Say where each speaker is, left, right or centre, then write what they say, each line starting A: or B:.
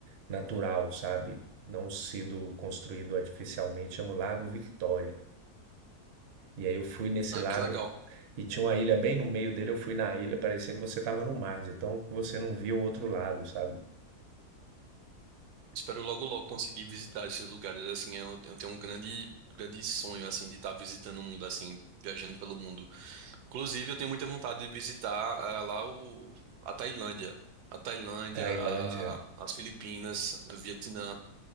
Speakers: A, on the right (about 65°); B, on the right (about 80°).
A: natural, sabe? Não sido construído artificialmente, chama o Lago Victoria. E aí eu fui nesse
B: Ah,
A: lago
B: que legal.
A: e tinha uma ilha bem no meio dele, eu fui na ilha, parecia que você tava no mar, de tão que você não via o outro lado, sabe?
B: Espero logo, logo conseguir visitar esses lugares. Assim, eu, eu tenho um grande, grande sonho, assim, de estar visitando o mundo, assim, viajando pelo mundo. Inclusive, eu tenho muita vontade de visitar eh, lá o, a Tailândia. A Tailândia,
A: Tailândia.
B: a- as Filipinas, né, o Vietnã.